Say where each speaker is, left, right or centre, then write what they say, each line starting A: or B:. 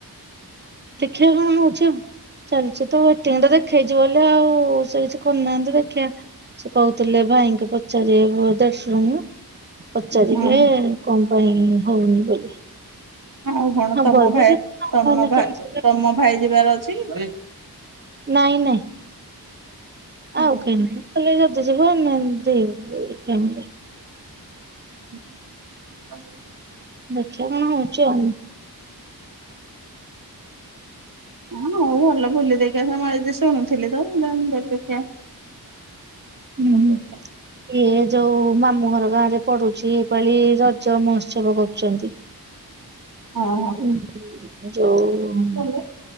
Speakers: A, on the right; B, on the right.
A: ଦେଖିବା କଣ ହଉଛି ଆଉ। ଚାଲିଛି ତ ୱଟିଂ ଟା ଦେଖେଇଚି ବୋଲି ଆଉ ସେ କିଛି କରିନାହାନ୍ତି ଦେଖିବା। ସେ କହୁଥିଲେ ଭାଇଙ୍କି ପଚାରିବେ ଦେଢଶୁର ଙ୍କୁ। ପଚାରିବେ
B: ହୁଁ ହୁଁ
A: କଣ ପାଇଁ ହଉନି ବୋଲି?
B: ଆଉ କଣ
A: ହବ
B: ତମ
A: ଯଦି
B: ଭାଇ
A: ଯିବେ
B: ତମ ଭାଇ
A: କ୍ୟାନସେଲ।
B: ତମ ଭାଇ ଯିବାର ଅଛି କି?
A: ନାଇଁ ନାଇଁ।
B: ହୁଁ
A: ଆଉ କେହି
B: ହୁଁ
A: ନୁହେଁ ଖାଲି ଯଦି ଯିବ ଆମେ ଦି ଫାମିଲି।
B: <inaudible>
A: ଦେଖିବା କଣ ହେଉଚି ଆଉ।
B: ହଁ ହଉ ଭଲ ବୁଲି ଦେଖି ଆସ ମୁଁ ଶୁଣୁଥିଲି ତ ଦେଖିଆ।
A: ହୁଁ।
B: ଆଚ୍ଛା ଆଚ୍ଛା।
A: ଇଏ ଯୋଉ ମାମୁଁ ଘର ଗାଁ ରେ ପଡୁଛି ଏପାଳି ରଜ ମହୋତ୍ସବ କରୁଛନ୍ତି।
B: ହଁ।
A: ଯୋଉ।
B: ହାଲୋ।